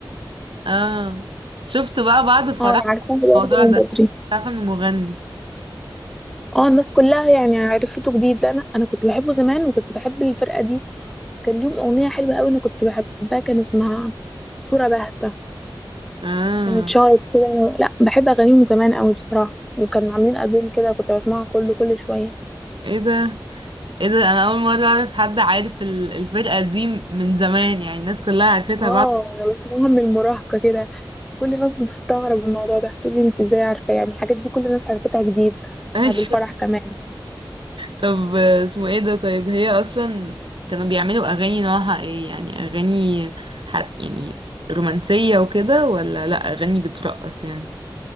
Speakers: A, on the right; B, in the centre.
A: اه شفت بقى بعد فرح
B: اه انا عارفاه برضه
A: الموضوع
B: من
A: ده
B: بدري
A: مش عارفة انه مغني
B: اه الناس كلها يعني عرفته جديد لا انا انا كنت بحبه زمان وكنت بحب الفرقه دي كان ليهم اغنيه حلوه قوي انا كنت بحبها كان اسمها صوره باهته
A: اه
B: كانت شهرت كده أنا- لا بحب اغانيهم من زمان قوي بصراحه وكانوا عاملين البوم كده كنت بسمعه كله كل شويه
A: ايه ده ايه ده انا اول مرة اعرف حد عارف ال- الفرقة دي من زمان يعني الناس كلها عرفتها
B: اه
A: بعد
B: انا بسمعهم من المراهقه كده كل الناس بتستغرب الموضوع ده تقول لي انت ازاي عارفه يعني الحاجات دي كل الناس عرفتها جديد
A: <laughs>
B: بعد الفرح كمان
A: طب آه، اسمه ايه ده طيب هي اصلا كانوا بيعملوا اغاني نوعها ايه يعني اغاني ح- يعني رومانسية وكده ولا لا اغاني بترقص يعني